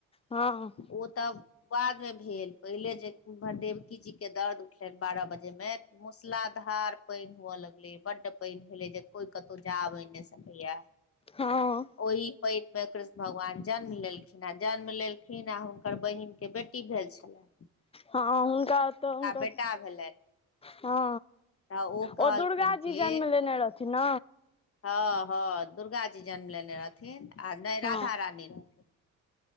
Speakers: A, on the left; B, on the left.
A: हँ
B: ओ तब बाद मे भेल पहिले जे उम्हर डेवकी जीके दर्द उठलनि बारह बजेमे मूसलाधार पानि हुए लगलै बड्ड पानि भेलै जे कोई कतौ जा अबै ने सक भैया
A: हँ
B: ओहि पैन मे कृष्ण भगवान जन्म लेलखिन आ जन्म लेलखिन आ हुनकर बहिन के बेटी भेल छलैन
A: हँ हूनका तऽ हूनका
B: बेटा भेलनि
A: हँ
B: तऽ
A: ओ
B: कहलखिन
A: दुर्गा जी
B: कि
A: जन्म लेने रहथिन न
B: हँ हँ दुर्गा जी जन्म लेने रहथिन आ नै
A: हँ
B: राधा रानी रह